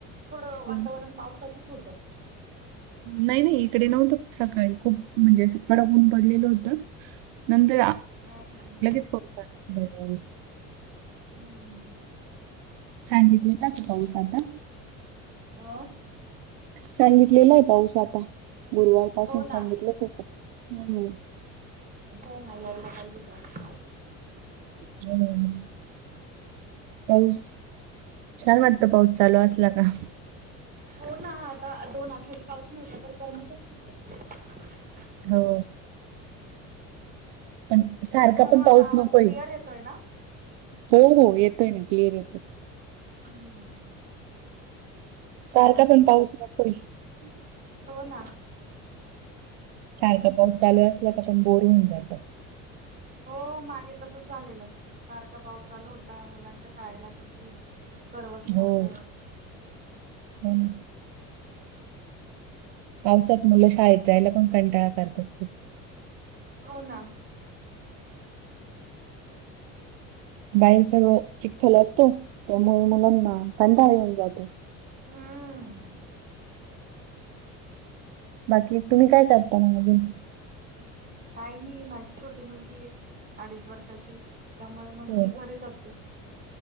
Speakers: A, on the right; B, on the right.
A: थोडं
B: हो
A: वातावरण
B: ना.
A: पावसाचचं होत.
B: नाही नाही, इकडे नव्हत सकाळी खूप म्हणजे कडक ऊन पडलेल होत. नंतर
A: हा हा हा
B: लगेच पाऊस आला.
A: हम्म
B: सांगितलं का ते पाऊस आलता.
A: अ.
B: सांगितलेला आहे, पाऊस आता गुरुवार पासून
A: हो ना
B: सांगितलंच होतं ह ह.
A: हो ना, यायला पाहिजे पाऊस.
B: <unintelligible> पाऊस छान वाटते. आता पाऊस चालू असला का.
A: हो ना, आता दोन आठवडे पाऊस नव्हता तर, करमतच नव्हत.
B: हो, पण सारखा
A: तुम्हाला
B: पण
A: माझा
B: पाऊस
A: आवाज
B: नकोय.
A: क्लिअर येतोय ना?
B: हो हो, येतोय ना क्लिअर येतोय.
A: हम्म
B: सारखा
A: काय म्हणता?
B: पण पाऊस नकोय.
A: हो ना.
B: सारखा पाऊस चालू असला का, पण बोर होऊन जातं.
A: हो, मागे तसचं झालेलं सारखा पाऊस चालू होता, मुलांच्या शाळेला सुट्टी सर्वच
B: हो
A: मग
B: हो ना. पावसात मुलं शाळेत जायला, पण कंटाळा करतात खूप.
A: हो ना.
B: बाहेर सर्व चिखखल असतो, त्यामुळे मुलांना कंटाळा येऊन जातो.
A: हम्म,
B: बाकी तुम्ही काय करता मग अजून?
A: काही नाही माझी छोटी मुलगी आहे, अडीच वर्षाची त्यामुळे मग
B: हो
A: मी घरीच असते.